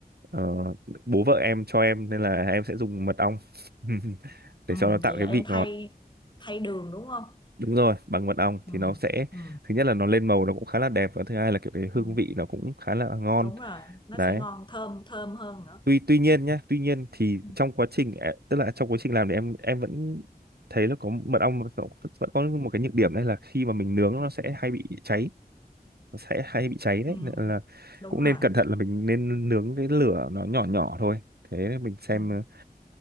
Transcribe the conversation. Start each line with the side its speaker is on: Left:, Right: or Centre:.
Right: Ờ, bố vợ em cho em nên là em sẽ dùng mật ong <laughs>
Left: Ừ,
Right: để cho nó tạo
Left: vậy là
Right: cái
Left: em
Right: vị
Left: thay
Right: ngọt
Left: thay đường đúng không?
Right: đúng rồi bằng mật ong
Left: Ừ,
Right: thì nó sẽ
Left: ừ,
Right: thứ nhất là nó lên màu nó cũng khá là đẹp và thứ hai là kiểu cái hương
Left: ừ,
Right: vị nó cũng khá là ngon
Left: đúng rồi, nó
Right: đấy
Left: sẽ ngon thơm thơm hơn nữa.
Right: tuy tuy nhiên nhá tuy nhiên thì
Left: Ừ,
Right: trong quá trình à, tức là trong quá trình làm thì em em vẫn thấy là có mật ong nó vẫn có một cái nhược điểm đấy là khi mà mình nướng nó sẽ hay bị cháy nó sẽ hay bị cháy đấy
Left: ừ,
Right: nên là
Left: đúng
Right: cũng
Left: rồi.
Right: nên cẩn thận là mình nên nướng cái lửa nó nhỏ nhỏ thôi thế mình xem
Left: Ừ.